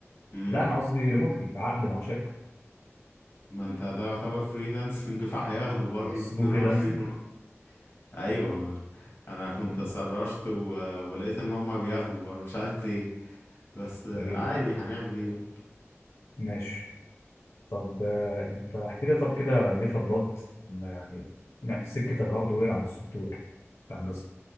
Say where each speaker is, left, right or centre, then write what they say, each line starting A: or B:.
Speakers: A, on the left (about 45°); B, on the left (about 70°).
A: امم
B: لا أنا قصدي ريموتلي عقد مع شركة
A: ما انت ده يعتبر فريلانسنج <laughs> فهياخدوا برضو
B: يحسبوه
A: ال 22
B: فريلانسنج
A: ونص ايوه ما انا كنت
B: مم،
A: سرشت و... ولقيت ان هما بياخدوا برضو مش عارف ليه بس آه،
B: غريبة
A: عادي هنعمل ايه بقى
B: ماشي طب آه، انت احكي لي طب كده ليه فضلت ما يعني ما- سكه الهاردوير عن السوفت وير في هندسه